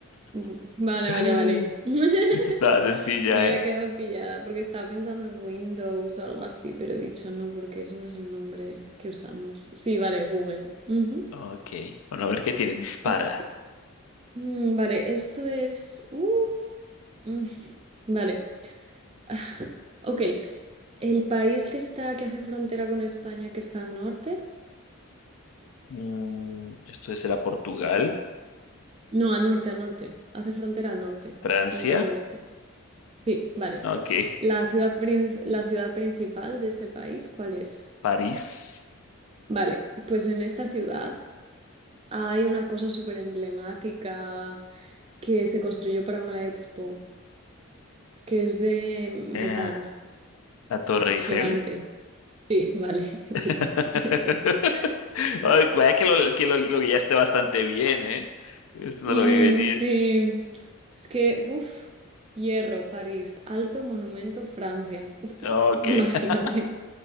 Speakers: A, on the right; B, on the left.
A: Gu- Vale,
B: <laughs>
A: vale, vale. <laughs>
B: esto estaba sencilla,
A: Me había
B: ¿eh?
A: quedado pillada porque estaba pensando en Windows o algo así, pero he dicho no porque eso no es el nombre que usamos. Sí, vale, Google. Ujú.
B: Ok, bueno, a ver qué tiene, dispara.
A: Ok, mm, vale, esto es... uh, mm, Vale. <sighs> Ok, El país que está, que hace frontera con España, que está al norte.
B: Mm, esto será Portugal,
A: No, al norte, al norte. Hace frontera al norte,
B: Francia,
A: no al oeste. Sí, vale.
B: ok,
A: La ciudad, prin- la ciudad principal de ese país, ¿cuál es?
B: París,
A: Vale, pues en esta ciudad hay una cosa súper emblemática que se construyó para una expo, que es de metal
B: eh, la Torre Eiffel.
A: gigante. Sí, vale, <laughs>
B: <laughs>
A: pues ya está, eso es.
B: Ay, Vaya que lo, que lo, lo guiaste bastante bien, ¿eh? Esto no
A: Mm,
B: lo vi venir.
A: sí, es que, uff, Hierro, París, Alto Monumento, Francia. <laughs>
B: Ok,
A: Imagínate.
B: <laughs>